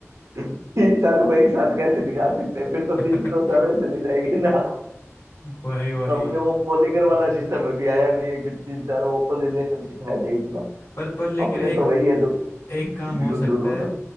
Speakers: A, on the right (about 75°); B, on the left (about 85°).
A: <laughs> तीन चार को एक साथ कैसे दिखा सकते हैं फिर तो
B: <laughs>
A: तीन तो चारों में चली जाएगी ना
B: वही वही
A: अपने वो पॉलीकर वाला सिस्टम अभी आया नहीं है कि तीन चार ओपन रिलेशनशिप है नहीं इतना
B: पर पर लेकिन
A: अपने
B: एक
A: तो वही है जो
B: एक काम हो
A: यूजुअल
B: सकता
A: वाला
B: है